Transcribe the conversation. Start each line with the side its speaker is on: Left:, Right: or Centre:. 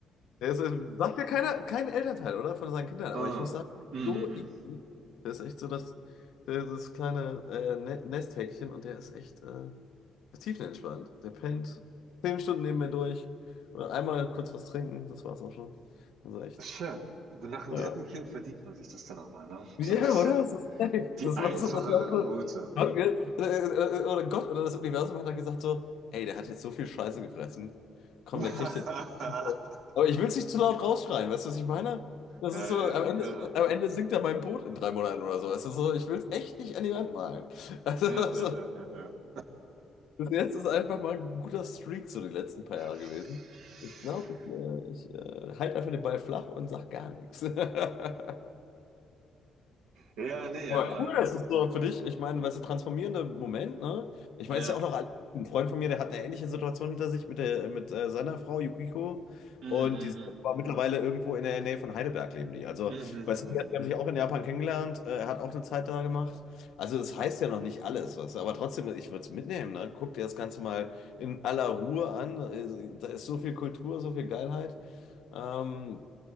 Left: das ist, sagt ja keiner, kein Elternteil, oder? Von seinen Kindern. Aber
Right: Ah,
Left: ich muss sagen,
Right: mm, mm,
Left: so easy.
Right: mm.
Left: Der ist echt so das, der- das kleine äh, Ne- Nesthäkchen und der ist echt äh, tiefenentspannt. Der pennt zehn Stunden neben mir durch. Oder einmal kurz was trinken, das war's auch schon. Also echt.
Right: Schön. So Nach dem
Left: Ja.
Right: dritten Kind verdient man sich das dann auch mal, ne?
Left: Ja,
Right: So ein bisschen
Left: oder? Das ist safe.
Right: die
Left: Das
Right: einfachere
Left: war so, das war so.
Right: Route.
Left: Gott, Okay. Äh, äh, äh, Oder Gott oder das Universum hat dann gesagt so, ey, der hat jetzt so viel Scheiße gefressen. Komm,
Right: <laughs>
Left: der kriegt jetzt. Aber ich will es nicht zu laut rausschreien, weißt du, was ich meine? Das
Right: Ja,
Left: ist so,
Right: ja,
Left: am Ende,
Right: ja. ja.
Left: am Ende sinkt er mein Boot in drei Monaten oder so. Es ist so, ich will es echt nicht an die Wand malen. Also,
Right: Ja,
Left: <laughs>
Right: ja,
Left: so,
Right: ja, ja, ja.
Left: bis jetzt ist einfach mal ein guter Streak so die letzten paar
Right: <laughs>
Left: Jahre gewesen. Ich glaube, ich, äh, ich äh, halte einfach den Ball flach und sag gar nichts. <laughs>
Right: Ja, ne,
Left: Aber
Right: aber
Left: cool, das ist so für dich, ich meine, weißt du, transformierende Moment, ne? Ich meine,
Right: ja.
Left: es ist ja auch noch alles. Ein Freund von mir, der hat eine ähnliche Situation hinter sich mit, der, mit äh, seiner Frau Yukiko.
Right: Mhm,
Left: Und
Right: mhm,
Left: die sind
Right: mhm.
Left: aber mittlerweile irgendwo in der Nähe von Heidelberg leben die. Also,
Right: Mhm, mhm,
Left: weißt
Right: mhm.
Left: du, die
Right: mhm.
Left: haben sich auch in Japan kennengelernt. Äh, Er hat auch eine Zeit da gemacht. Also, das heißt ja noch nicht alles, weißt du. Aber trotzdem, ich würde es mitnehmen, ne? Guck dir das Ganze mal in aller Ruhe an. Äh, Da ist so viel Kultur, so viel Geilheit, ähm,